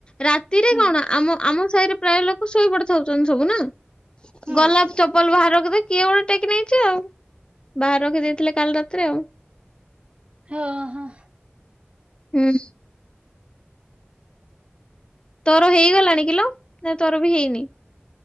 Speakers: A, on the left; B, on the right.
A: ରାତି କି
B: ହୁଁ।
A: ଆମ ଆମ ସାହିରେ ପ୍ରାୟେ ଲୋକୋ ସେଇ ପଟେ ଥାଉ ଛନ୍ତି ସବୁ ନା
B: ହୁଁ
A: ଗଲାବେଳେ ତ ଚପଲ ବାହାରକୁ ବି କିଏ ଗୋଟେ ଟେକି ନେଇଛି ଆଉ ବାହାରେ ରଖି ଦେଇଥିଲା କାଲି ରାତିରେ ଆଉ।
B: ହଁ ହଁ।
A: ହୁଁ। ତୋର ହେଇଗଲାଣି କିଲୋ ନା ତୋର ବି ହେଇନି?